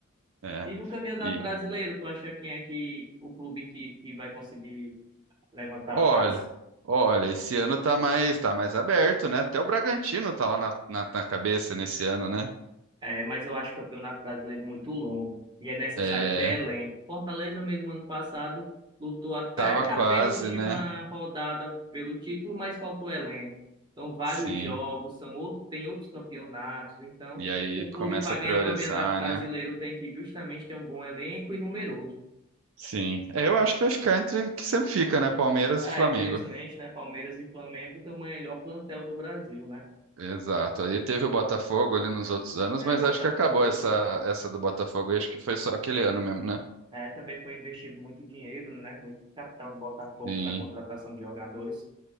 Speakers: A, on the right; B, on the right.
A: é.
B: E no Campeonato
A: E
B: Brasileiro, tu acha quem é que o clube que, que vai conseguir levantar
A: olha,
B: a taça?
A: olha, esse ano tá mais, tá mais aberto, né? Até o Bragantino tá lá na, na na cabeça nesse ano, né?
B: É, mas eu acho o Campeonato Brasileiro muito longo e é necessário
A: É,
B: ter elenco. Fortaleza, mesmo ano passado, lutou até
A: Tava quase,
B: a penúltima
A: né?
B: rodada pelo título, mas faltou elenco. São vários
A: Sim.
B: jogos, são outros, tem outros campeonatos. Então,
A: E aí
B: um
A: começa
B: clube para
A: a
B: ganhar
A: priorizar,
B: o Campeonato Brasileiro
A: né?
B: tem que justamente ter um bom elenco e numeroso.
A: Sim. É, eu acho que vai ficar entre o que sempre fica, né? Palmeiras
B: Ah,
A: e Flamengo.
B: infelizmente, né, Palmeiras e Flamengo têm o melhor plantel do Brasil, né?
A: Exato. Aí teve o Botafogo ali nos outros anos,
B: É,
A: mas
B: o Botafogo.
A: acho que acabou essa essa do Botafogo. Eu acho que foi só aquele ano mesmo, né?
B: É, também foi investido muito dinheiro, né? Muito capital no Botafogo
A: Sim.
B: para contratação de jogadores.